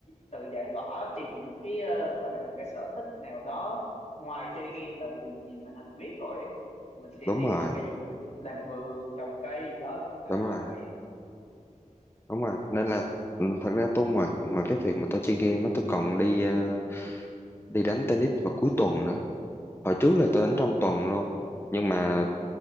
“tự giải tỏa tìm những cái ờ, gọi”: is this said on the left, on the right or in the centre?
Left